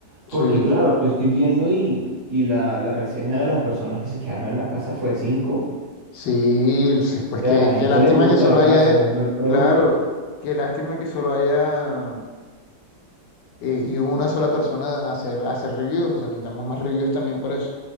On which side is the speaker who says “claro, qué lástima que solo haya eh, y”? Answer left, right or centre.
Left